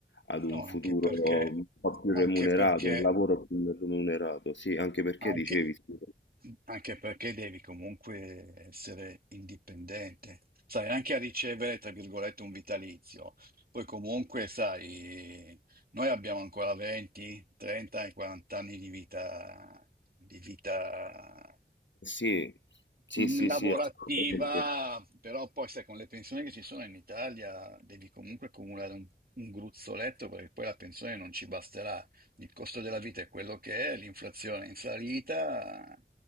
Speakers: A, on the left; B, on the right.
A: ad un
B: No, anche
A: futuro
B: perché,
A: un po' più
B: anche
A: remunerato,
B: perché
A: un lavoro più remunerato, sì, anche perché
B: Anche,
A: dicevi, sì,
B: mhmm, anche perché devi comunque essere indipendente, sai, anche a ricevere, tra virgolette, un vitalizio. Poi comunque, sai, noi abbiamo ancora 20, 30 e 40 anni di vita, di vita
A: Eh sì, sì,
B: mm,
A: sì,
B: lavorativa,
A: sì, assolutamente,
B: però poi sai, con le pensioni che ci sono in Italia devi comunque accumulare un, un gruzzoletto perché poi la pensione non ci basterà il costo della vita è quello che è, l'inflazione è in salita